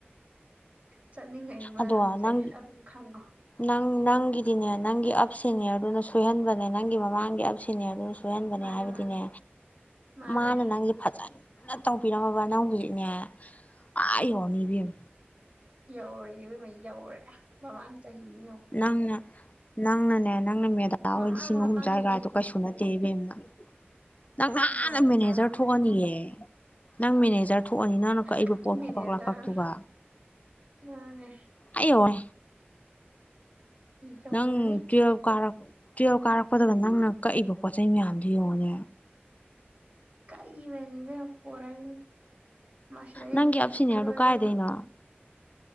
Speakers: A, on the right; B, on the left.
A: ꯆꯠꯅꯤꯡꯉꯛꯏ ꯃꯔꯝꯁꯦ
B: ꯑꯗꯣ ꯅꯪ
A: ꯑꯗꯨꯝ ꯈꯪꯉꯣ
B: ꯅꯪ ꯅꯪꯒꯤꯗꯤꯅꯦ ꯅꯪꯒꯤ ꯑꯞ ꯁꯤꯦꯅꯤꯌꯔꯗꯨꯅ ꯁꯣꯏꯍꯟꯕꯅꯦ ꯅꯪꯒꯤ ꯃꯃꯥꯡꯒꯤ ꯑꯞ ꯁꯤꯦꯅꯤꯌꯔꯗꯨꯅ ꯁꯣꯏꯍꯟꯕꯅꯦ
A: ꯃꯥꯅꯦ
B: ꯍꯥꯏꯕꯗꯤꯅꯦ
A: ꯃꯥꯅꯦ ꯃꯥꯅꯦ
B: ꯃꯥꯅ ꯅꯪꯁꯦ ꯐꯖꯅꯤ ꯇꯧꯕꯤꯔꯝꯃꯕ ꯅꯪ ꯍꯧꯖꯤꯛꯅꯦ ꯑꯥꯌꯣ ꯅꯤꯕꯌꯦꯝ
A: ꯌꯧꯔꯦꯕꯩ ꯌꯧꯔꯦ ꯃꯃꯥꯡ ꯆꯍꯤꯅꯤ ꯌꯦꯡꯉꯣ
B: ꯅꯪꯅ ꯅꯪ ꯅꯅꯦ ꯅꯪꯅ ꯃꯦꯗꯥ
A: ꯃꯃꯥꯡ
B: ꯍꯣꯏ ꯂꯤꯁꯤꯡ
A: ꯃꯃꯥꯡ
B: ꯑꯍꯨꯝ ꯇ꯭ꯥꯒꯥꯏꯗꯣ
A: ꯆꯍꯤ
B: ꯀꯥꯏꯁꯨ ꯅꯠ <unintelligible> ꯅꯪ ꯅꯍꯥꯟꯟꯅ
A: ꯃꯥꯅꯦ
B: ꯃꯦꯅꯦꯖꯔ
A: ꯆꯥꯔꯝꯃꯅꯤ
B: ꯊꯣꯛꯑꯅꯤꯌꯦ ꯅꯪ ꯃꯦꯅꯦꯖꯔ ꯊꯣꯛꯑꯅꯤ ꯅꯪꯅ ꯀꯛꯏꯕ
A: ꯀꯩ
B: ꯄꯣꯠ
A: ꯃꯦꯅꯦꯖꯔ
B: ꯈꯨꯀꯛꯂꯥꯛꯀꯛꯇꯨꯒ
A: ꯃꯥꯅꯦ
B: ꯑꯩ ꯌꯥꯣꯏ
A: ꯌꯧꯔꯅꯤ
B: ꯅꯪ ꯇ꯭ꯋ‌ꯦꯞ ꯀꯥꯔꯛ ꯇ꯭ꯋ‌ꯦꯞ ꯀꯥꯔꯛꯄꯗꯒ ꯅꯪꯪꯅꯥ ꯀꯛꯏꯕ ꯄꯣꯠꯆꯩ ꯃꯌꯥꯝꯗꯨꯣ ꯌꯦꯡꯉꯨꯅꯦ
A: ꯀꯩꯏꯕꯅꯤ ꯄꯔꯔꯛꯏꯟ ꯃꯥꯁꯤꯗ ꯑꯩ
B: ꯅꯪꯒꯤ
A: ꯂ ꯂꯤꯞꯁꯇꯤ
B: ꯑꯞ ꯁꯤꯅꯤꯌꯔꯗꯨ
A: ꯀꯥꯗ‌ꯣ
B: ꯀꯥꯏꯗꯩꯅꯣ
A: ꯏꯕ‌ꯦꯃꯥ ꯂ‌ꯣꯆ